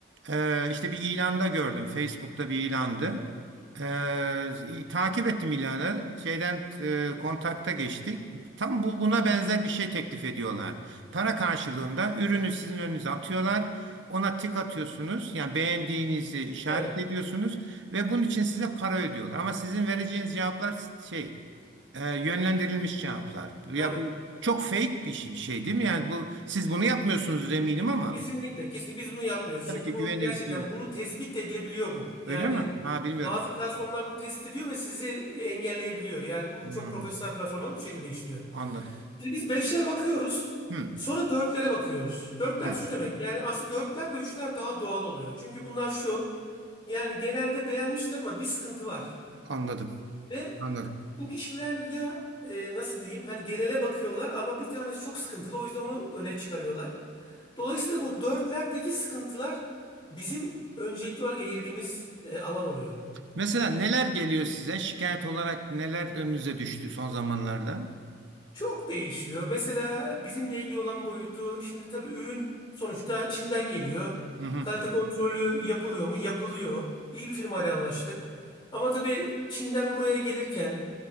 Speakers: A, on the right; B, on the left.
A: Ee, işte bir ilanda gördüm. Facebook'ta bir ilandı. Ee, i- takip ettim ilanı. Şeyden e, kontakta geçtik. Tam bu, buna benzer bir şey teklif ediyorlar. Para karşılığında ürünü sizin önünüze atıyorlar. Ona tik atıyorsunuz. Yani beğendiğinizi işaret
B: Evet.
A: ediyorsunuz ve bunun için size para ödüyorlar. Ama sizin vereceğiniz cevaplar şey e, yönlendirilmiş cevaplar. Ya
B: Tabii.
A: bu çok fake bir şey, bir şey değil mi? Yani bu siz bunu yapmıyorsunuz eminim ama
B: Kesinlikle. Kesinlikle biz bunu yapmıyoruz.
A: tabii
B: Çünkü
A: ki
B: bu
A: güvenilir
B: gerçekten
A: değil mi?
B: bunu tespit de edilebiliyor bu. Yani
A: Öyle mi? Ha bilmiyordum.
B: bazı platformlar bunu tespit ediyor ve sizi engelleyebiliyor. Yani bu
A: Hmm,
B: çok profesyonel platformlar bu şekilde işliyor.
A: anladım.
B: Şimdi biz beşlere bakıyoruz.
A: Hmm,
B: Sonra dörtlere bakıyoruz. Dörtler
A: hmm,
B: şu demek. Yani aslında dörtler ve üçler daha doğal oluyor. Çünkü bunlar şu. Yani genelde beğenmiştir ama bir sıkıntı var.
A: anladım.
B: Ve
A: Anladım.
B: bu kişiler ya e, nasıl diyeyim hani genele bakıyorlar ama bir tanesi çok sıkıntılı o yüzden onu öne çıkarıyorlar. Dolayısıyla bu dörtlerdeki sıkıntılar bizim öncelikli olarak eğildiğimiz e, alan oluyor.
A: Mesela neler geliyor size? Şikayet olarak neler önünüze düştü son zamanlarda?
B: Çok değişiyor. Mesela bizimle ilgili olan boyutu şimdi tabii ürün sonuçta Çin'den geliyor.
A: Hı hı.
B: Kalite kontrolü yapılıyor mu? Yapılıyor. İyi bir firmayla anlaştık. Ama tabii Çin'den buraya gelirken